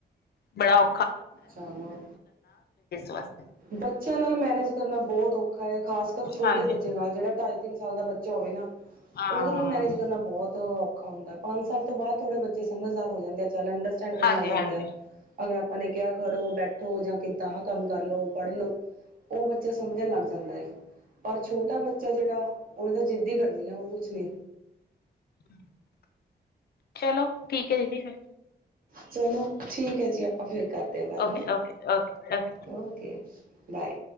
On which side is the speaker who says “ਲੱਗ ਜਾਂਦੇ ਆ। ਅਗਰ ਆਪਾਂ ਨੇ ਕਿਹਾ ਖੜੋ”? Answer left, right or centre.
Right